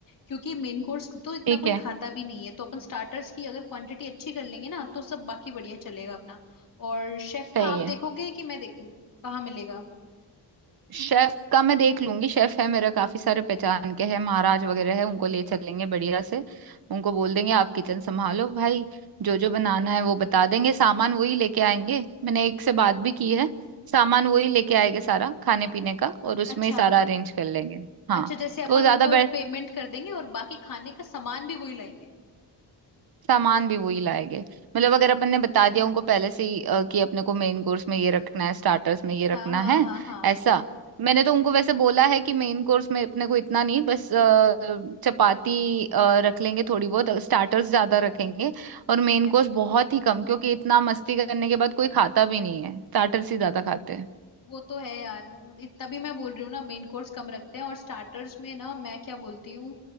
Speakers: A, on the left; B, on the right.
A: क्योंकि मेन कोर्स तो इतना
B: ठीक
A: कोई
B: है
A: खाता भी नहीं है तो अपन स्टार्टर्स की अगर क्वांटिटी अच्छी कर लेंगे ना तो सब बाकी बढ़िया चलेगा अपना और शेफ का
B: सही
A: आप
B: है
A: देखोगे कि मैं देखूं कहाँ मिलेगा
B: शेफ का मैं देख लूंगी शेफ है मेरा काफी सारे पहचान के हैं महाराज वगैरह है उनको ले चलेंगे बढ़िया से उनको बोल देंगे आप किचन संभालो भाई जो जो बनाना है वो बता देंगे सामान वही लेके आएंगे मैंने एक से बात भी की है सामान वही लेके आएंगे सारा खाने पीने का और उसमें
A: अच्छा
B: ही सारा अरेंज कर लेंगे हाँ
A: अच्छा जैसे अपन
B: तो ज्यादा
A: उनको पेमेंट कर देंगे और बाकी खाने का सामान भी वही लाएंगे
B: सामान भी वही लाएंगे मतलब अगर अपन ने बता दिया उनको पहले से ही अ, कि अपने को मेन कोर्स में ये रखना है स्टार्टर्स में ये रखना
A: हाँ हाँ
B: है
A: हाँ हाँ
B: ऐसा मैंने तो उनको वैसे बोला है कि मेन कोर्स में अपने को इतना नहीं बस अ, चपाती अ, रख लेंगे थोड़ी बहुत स्टार्टर्स ज्यादा रखेंगे और मेन
A: ठीक है
B: कोर्स बहुत ही कम क्योंकि इतना मस्ती करने के बाद कोई खाता भी नहीं है स्टार्टर्स ही ज्यादा खाते हैं
A: वो तो है यार मतलब इत- तभी मैं बोल रही हूँ ना मेन कोर्स कम रखते हैं और स्टार्टर्स में ना मैं क्या बोलती हूँ